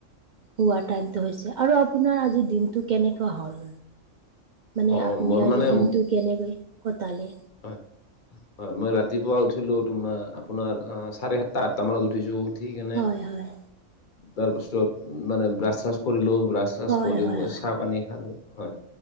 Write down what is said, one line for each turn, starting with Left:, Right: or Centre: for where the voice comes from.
Right: শুৱাৰ টাইমটো হৈছে আৰু আপোনাৰ আজিৰ দিনটো কেনেকুৱা হল মানে
Left: অ
Right: আপুনি
Left: মোৰ
Right: আজি
Left: মানে
Right: দিনটো কেনেকৈ কটালে
Left: হয় হয় মই ৰাতিপুৱা উঠিলো তোমাৰ আপোনাৰ চাৰে সাতটা আঠটা মানত উঠিছো। উঠি কেনে
Right: হয় হয়
Left: তাৰপাছত মানে ব্ৰাছ থ্ৰাছ কৰিলো ব্ৰাছ ব্ৰাচ থ্ৰাচ
Right: হয়
Left: কৰি
Right: হয়
Left: মই চাহ পানী খালো হয়